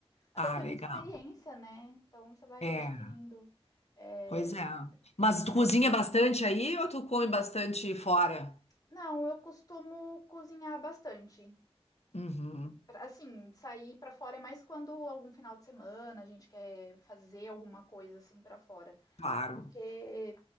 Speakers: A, on the left; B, on the left.
A: Até
B: Ah,
A: porque
B: legal.
A: é muita experiência, né? Então você vai
B: É.
A: adquirindo. é,
B: Pois é. Mas tu
A: Mas
B: cozinha bastante aí ou tu come bastante fora?
A: não, eu costumo cozinhar bastante.
B: Uhum,
A: Pra- Assim, sair pra fora é mais quando algum final de semana a gente quer fazer alguma coisa assim pra fora.
B: claro.
A: Porque,